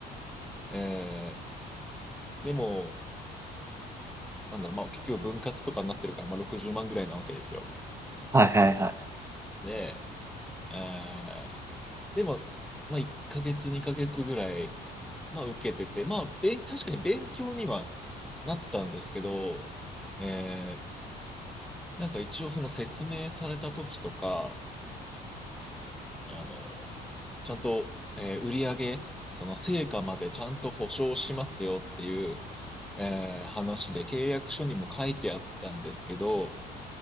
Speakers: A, in the centre; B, on the right (about 15°).
A: えーでも、なんだろう、まあ結局分割とかになってるから、まあ60万ぐらいなわけですよ。
B: はいはいは
A: で、えー、で、まあ、まあ1ヶ月、2ヶ月ぐらい、まあ受けてて、まあ、べん、確かに勉強にはなったんですけど、えー、なんか一応その説明された時とか、あの、ちゃんと、えー売り上げ、その成果までちゃんと保証しますよっていう、えー話で契約書にも書いてあったんですけど、